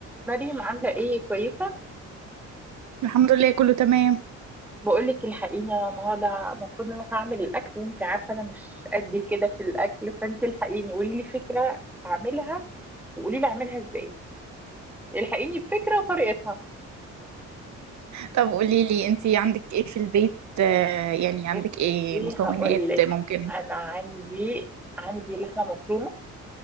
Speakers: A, in the centre; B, on the right.
A: مريم عاملة ايه كويسة؟
B: الحمد لله كله تمام
A: بقولك الحقيني أنا النهاردة المفروض ان انا هعمل الاكل وانتي عارفة انا مش قد كده في الاكل فانتي الحقيني قولي لي فكرة اعملها وقولي لي اعملها ازاي الحقيني بفكرة وطريقتها
B: طب قولي لي انتي عندك ايه في البيت آه يعني
A: بصي
B: عندك ايه مكونات
A: هقولك
B: ممكن
A: انا عندي عندي لحمة مفرومة